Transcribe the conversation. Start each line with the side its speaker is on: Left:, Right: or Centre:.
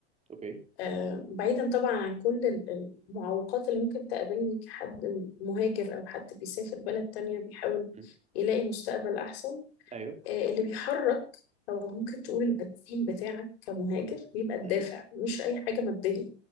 Right: اوكي
Left: آه بعيدا طبعا عن كل ال- المعوقات اللي ممكن تقابلني كحد مهاجر او حد بيسافر بلد تانية بيحاول
Right: م.
Left: يلاقي مستقبل احسن
Right: ايوه
Left: آه، اللي بيحرك او ممكن تقول البنزين بتاعك كمهاجر بيبقى الدافع
Right: م.
Left: مش اي حاجه ماديه